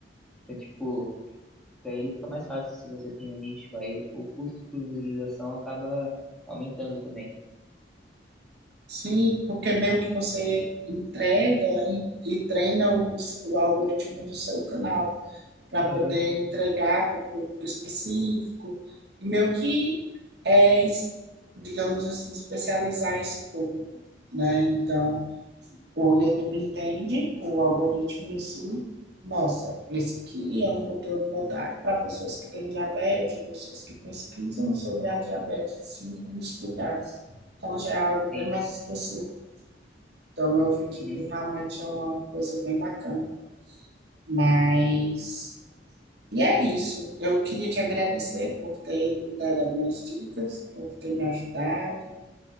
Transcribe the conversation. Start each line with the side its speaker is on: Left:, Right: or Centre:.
Centre: Então, tipo, para ele fica mais fácil se você tem um nicho, aí o custo por visualização acaba aumentando também.
Right: Sim, porque meio que você entrega e, e treina os, o algoritmo do seu canal para
Centre: Aham.
Right: poder entregar para o público específico e meio que é, es- digamos assim, especializar esse público, né? Então, o YouTube entende, o algoritmo em si, nossa, esse aqui é um conteúdo voltado para pessoas que têm diabetes, ou pessoas que pesquisam sobre a diabetes si e os cuidados. Então, já é algo bem
Centre: Sim.
Right: mais específico. Então, eu vi que
Centre: Uhum.
Right: realmente é uma coisa bem bacana. Mas, e é isso. Eu queria te agradecer por ter me dado algumas dicas, por ter me ajudado,